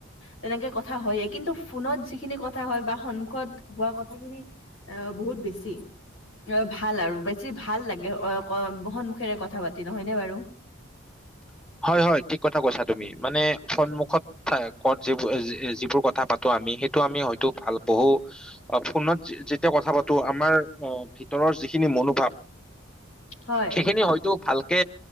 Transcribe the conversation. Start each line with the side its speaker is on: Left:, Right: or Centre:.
Left: তেনেকে ক কথা হয় কিন্তু ফোনত যিখিনি ক থা হয় বা সন্মুখত হোৱা কথ থাখিনি, অ বহুত বেছ টি অ ভাল আৰু। বেছি ভাল লাগে <unintelligible> বহন মুখেৰে কথা পাতি নহয়নে বাৰু?
Centre: হয় হয় ঠিক কথা কৈছা তুমি মানে সন্মুখত থাই কত যিবো এ যি এ যিবোৰ কথা পাতো আমি সেইটো আমি হয়তো ভাল পহো ফোনত যেতিয়া কথা পাতো আমাৰ ভিতৰ যিখিনি মনোভাৱ
Left: হয়।
Centre: সেইখিনি হয়তো ভাল কে